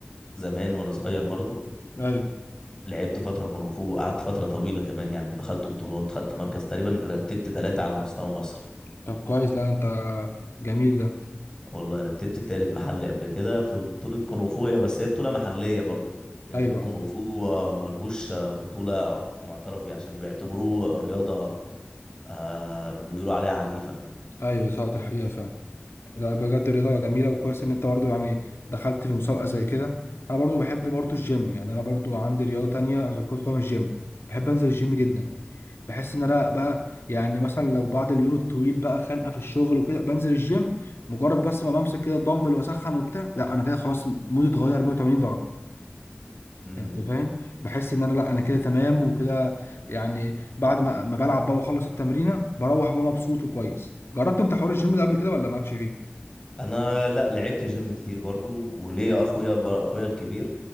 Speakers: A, on the left; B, on the left.
A: زمان وانا صغير برضو
B: ايوه
A: لعبت فترة كونغ فو قعدت فترة طويلة كمان يعني دخلت بطولات خدت مركز تقريبا رتبت ثلاثة على مستوى مصر
B: طب كويس لا انت جميل ده
A: والله رتبت التالت محلي قبل كده في بطولة كونغ فو هي بس هي بطولة محلية برضه لأن
B: ايوه
A: الكونغ فو آه، ملهوش آه، بطولة معترف بيها عشان بيعتبروه رياضة آه بيقولوا عليها عنيفة
B: ايوه صح ده حقيقه فعلا لا بجد الرياضه جميله وكويس ان انت برضو يعني دخلت في مسابقه زي كده انا برضو بحب برضو الجيم يعني انا برضو عندي رياضه تانية غير كره قدم الجيم بحب انزل الجيم جدا بحس ان انا بقى يعني مثلا لو بعد اليوم الطويل بقى خانقه في الشغل وكده بنزل الجيم مجرد بس ما بمسك كده الدمبل واسخن وبتاع لا انا كده خلاص مودي اتغير 180 درجه
A: امم
B: انت فاهم بحس ان انا لا انا كده تمام وكده يعني بعد ما ما بلعب بقى واخلص التمرينه بروح بقى مبسوط وكويس جربت انت حوار الجيم ده قبل كده ولا مالكش فيه
A: أنا لا لعبت جيم كتير برضه وليا أخويا بر... أخويا الكبير